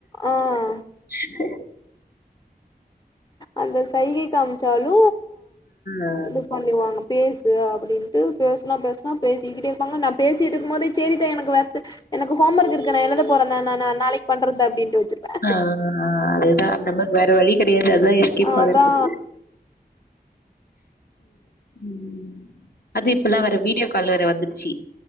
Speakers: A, on the left; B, on the left.
A: ஆ
B: அ <inaudible>
A: அந்த சைகை காமிச்சாலு
B: ஆ
A: இது பண்ணுவாங்க பேசு அப்படின்னு பேசலா பேசலா பேசிக்கிட்டே இருப்பாங்க நா பேசிட்டு இருக்கும் போது செரித்த எனக்கு வெ எனக்கு ஹோம் ஒர்க் இருக்கு நா எழுத போறேத நா நா நாளைக்கு பண்றப்பா அப்படினு வச்சிடுவ
B: ஆ அதுதா நமக்கு வேற வழி கெடையாது அதுதா எஸ்கேப்
A: அதா
B: ஆகறதுக்கு ம் அது இப்பல்லா வேற வீடியோ காலற வந்துச்சி